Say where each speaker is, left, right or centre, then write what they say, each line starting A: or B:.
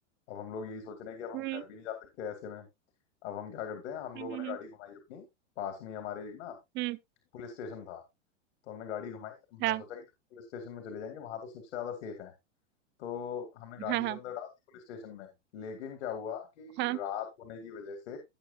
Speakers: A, on the left; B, on the right.
A: अब हम लोग यही सोच रहे हैं कि अब हम
B: हम्म
A: घर भी नहीं जा सकते ऐसे में अब हम क्या करते हैं हम
B: हम्म
A: लोगों ने
B: हम्म
A: गाड़ी घुमाई अपनी पास में ही हमारे एक ना
B: हम्म,
A: पुलिस स्टेशन था तो हमने गाड़ी घुमाई हमने
B: हम्म, हाँ
A: सोचा कि पुलिस स्टेशन में चले जाएंगे वहां तो सबसे ज्यादा सेफ है तो हमने गाड़ी
B: हाँ हाँ
A: तो अंदर डाल दी पुलिस स्टेशन में लेकिन क्या हुआ कि
B: हाँ
A: रात होने की वजह से